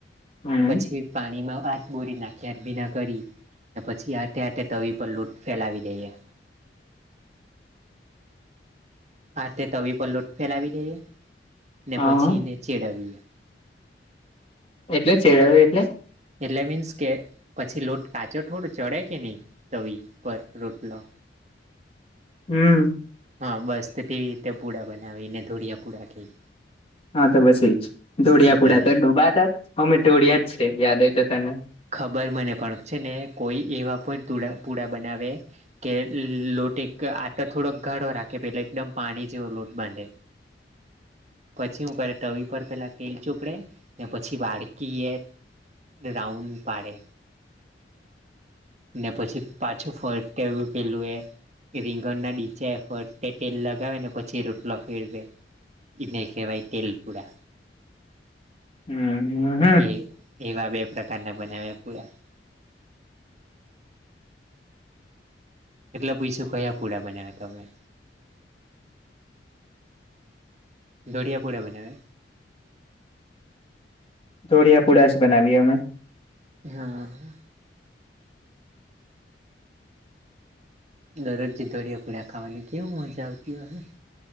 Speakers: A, on the left (about 35°); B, on the right (about 40°).
A: હમ
B: પછી પાણીમાં હાથ બોરી નાખીએ હાથ ભીના કરી. ને પછી આટે આટે તવી પર લોટ ફેલાવી દઈએ. આતે તવી પર લોટ ફેલાવી દઈએ, ને
A: હા
B: પછી એને ચેડાવીએ.
A: એટલે ચેડવીએ એટલે?
B: એટલે મીન્સકે, પછી લોટ કાચો થોડો, ચડે કે નહીં તવી પર રોટલો.
A: હમ્મ
B: હા બસ તો તેવી રીતે પૂડા બનાવીને એને ધોડિયા પૂડા કે.
A: હાતો બસ એજ, દોડિયા
B: એ જ
A: પુડા
B: બને
A: તર ડોબાત અમે દોડિયા જ છે, યાદ હોય તો તને.
B: ખબર મને, પણ છે ને કોઈ એવા પણ તુડા પુડા બનાવે કે લોટ એક આંટો થોડોક ધારો રાખે પહેલાં એકદમ પાણી જેવો લોટ બાંધે.
A: <inaudible>
B: પછી હું કરે, તવી પર પેલાં તેલ ચોપડે, ને પછી વાળકીએ રાઉન્ડ પાડે. ને પછી પાછું ફરટેવ પેલુંએ રીંગણના ડીચા એ ફરટે તેલ લગાવે, ને પછી રોટલો ફેરવેે. એને કેહેવાય તેલપુડા.
A: <inaudible> હમ હમ
B: એ, એવા બે પ્રકારના બનાવ્યા પુળા. એટલા પૂયછું, કયા પૂડા બનાવ્યા તમે? ધોડિયા પૂડા બનાવે.
A: દોઢિયા પૂડાજ બનાવીએં અમે.
B: હામ્મ દરરોજે દોળિયા પૂળા ખાવાની કેવું મજા આવતી ઓહે.